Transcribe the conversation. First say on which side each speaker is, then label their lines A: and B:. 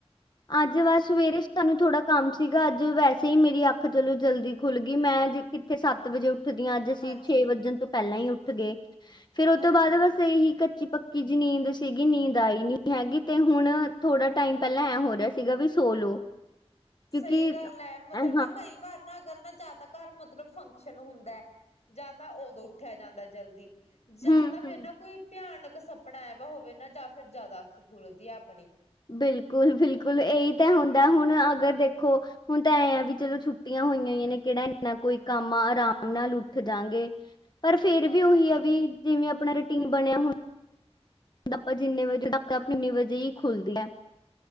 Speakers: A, on the left; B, on the left.
A: ਅੱਜ ਬਸ ਸਵੇਰੇ ਸਾਨੂੰ ਥੋੜਾ ਕੰਮ ਸੀਗਾ, ਅੱਜ ਵੈਸੇ ਈ ਮੇਰੀ ਅੱਖ ਚਲੋ ਜਲਦੀ ਖੁੱਲਗੀ, ਮੈਂ ਕਿੱਥੇ ਸੱਤ ਵਜੇ ਉੱਠਦੀਆਂ। ਅੱਜ ਅਸੀਂ
B: ਹਾਂਜੀ
A: ਛੇ ਵੱਣ ਤੋਂ ਪੈਂਲਾਂ ਈਂ ਉੱਠ ਗਏ। ਫੇਰ ਓ
B: ਹਾਂਜੀ
A: ਤੋਂ ਬਾਦ ਬਸ ਇਹੀ ਕੱਚੀ-ਪੱਕੀ ਜੀ ਨੀਂਦ ਸੀਗੀ, ਨੀਂਦ ਆਈ ਨੀਂ ਹੈਗੀ। ਤੇ ਹੁਣ ਥੋੜਾ ਟਾਈਮ ਪੈਲਾਂ ਐਂ ਹੋ ਰੇਯਾ ਸੀਗਾ, ਵੀ ਸੋ ਲੋ। ਕਿਉਂਕਿ
B: ਸਈ ਗੱਲ ਐ, ਮਤਲਬ
A: ਹਾਂ,
B: ਨਾ ਕਈ ਵਾਰ ਨਾ ਅਗਰ ਨਾ ਜਾਦਾ ਘਰ ਮਤਲਬ ਫੰਕਸ਼ਨ ਹੁੰਦਾ ਜਾਂ ਤਾਂ ਓਦੋਂ ਉੱਠੇਆ ਜਾਂਦਾ ਜਲਦੀ ਜਾਂ
A: ਹੂੰ,
B: ਤਾਂ ਤਾਂ ਫੇਰ
A: ਹੂੰ।
B: ਨਾ ਕੋਈ ਭਿਆਨਕ ਸਪਨਾ ਆਵੇ ਦਾ ਹੋਵੇ ਨਾ ਜਾਂ ਫੇਰ ਜਾਦਾ ਅੱਖ ਖੁਲਦੀ ਐ ਅਪਣੀ।
A: ਬਿਲਕੁਲ-ਬਿਲਕੁਲ, ਇਹੀ ਤੇ ਹੁੰਦਾ ਹੁਣ ਅਗਰ ਦੇਖੋ ਹੁਣ ਤਾਂ ਐਂ ਆ ਵੀ ਚਲੋ ਛੁੱਟੀਆਂ ਹੋਈਆਂ ਨੇ ਕੇੜਾ ਏਨਾ ਕੋਈ ਕੰਮ ਆ। ਰਾਮ
B: ਹਾਂਜੀ
A: ਨਾਲ ਉੱਠ ਜਾਂਗੇ ਪਰ
B: ਸਹੀ
A: ਫੇਰ
B: ਗੱਲ
A: ਵੀ ਓਹੀ
B: ਹੈ
A: ਆ ਵੀ ਜਿਵੇਂ ਆਪਣਾ ਰੂਟੀਨ ਬਣਿਆ ਹੁੰਦਾ ਆਪਾਂ ਜਿੰਨੇ ਵਜੇ ਆਖ ਆਪਾਂ ਇੰਨੀ ਵਜੇ ਹੀ ਖੁੱਲਦੀਏ।